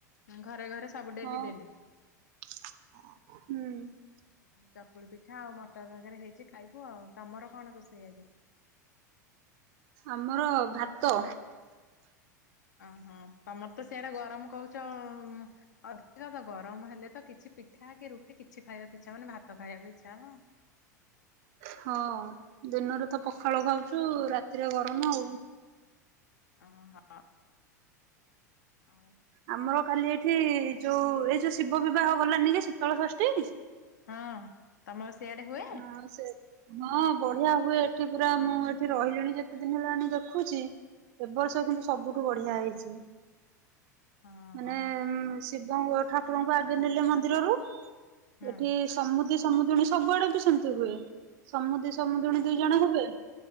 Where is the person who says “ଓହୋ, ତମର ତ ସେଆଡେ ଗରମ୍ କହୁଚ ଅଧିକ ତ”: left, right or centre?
Left